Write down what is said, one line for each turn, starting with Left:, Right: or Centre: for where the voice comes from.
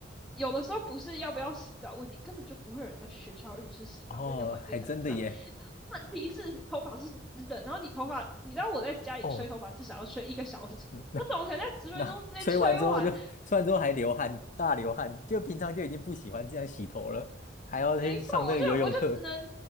Centre: 有的时候不是要不要洗澡问题，根本就不会有人在学校浴室洗澡，
Left: 哦，
Centre: 因为那个环境很脏。
Left: 还真的耶。
Centre: <laughs> 问题是头发是湿的，然后你头发，你知道我在家里吹头发至少要吹一个小时，
Left: 哦，嗯
Centre: 我怎么可能在十分钟之内吹完
Left: 那 <laughs> 吹完之后就吹完之后还流汗，大流汗，就平常就已经不喜欢这样洗头了，还要去上那个游泳课。
Centre: 没错，我就我就只能